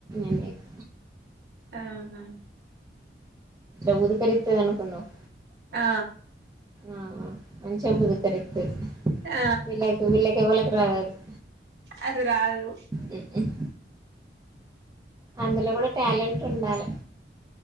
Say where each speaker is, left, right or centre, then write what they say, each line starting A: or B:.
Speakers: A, on the right; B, on the right.
A: అన్నయ్యకి
B: అవున
A: ఉ ఎట్లా <unintelligible> అనుకున్నావ్
B: ఆ
A: ఆ మంచిగా <unintelligible>
B: ఆ
A: విళ్లాకి విళ్లేక్ ఎవలకి <unintelligible>
B: అది రాదు
A: ఉ <unintelligible> అందులో కూడ టాలెంట్ ఉండాలే